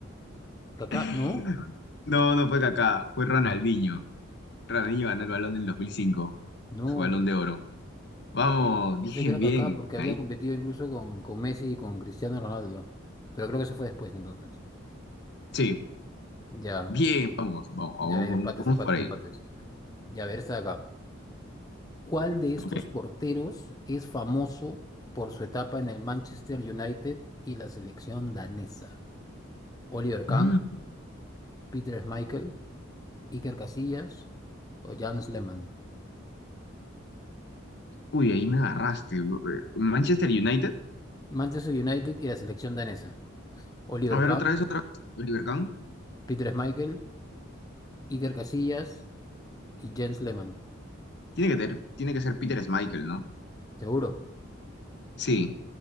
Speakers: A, on the left; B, on the left.
A: Kaká,
B: <laughs>
A: no,
B: no, no fue Kaká, fue Ronaldinho. Ronaldinho ganó el Balón en el 2005,
A: no.
B: su Balón de Oro. Vamos, <laughs> bien,
A: Yo sé que era
B: bien,
A: Kaká porque
B: ahí.
A: había competido incluso con, con Messi y con Cristiano Ronaldo. Pero creo que eso fue después entonces.
B: Sí,
A: Ya,
B: bien, vamos, vamos,
A: ya, ya,
B: vamos,
A: empates,
B: vamos
A: empates,
B: por ahí.
A: empates. Ya, a ver, esta de acá. ¿Cuál de estos
B: Ok.
A: porteros es famoso por su etapa en el Manchester United y la selección danesa? Oliver Kahn,
B: Mm,
A: Peter Schmeichel, Iker Casillas o Jens Lehmann.
B: Uy, ahí me agarraste. Manchester United.
A: Manchester United y la selección danesa. Oliver
B: A ver,
A: Kahn,
B: otra vez, otra vez. Oliver Kahn.
A: Peter Schmeichel, Iker Casillas y Jens Lehmann.
B: Tiene que, ter- tiene que ser Peter Schmeichel, ¿no?
A: ¿Seguro?
B: Sí,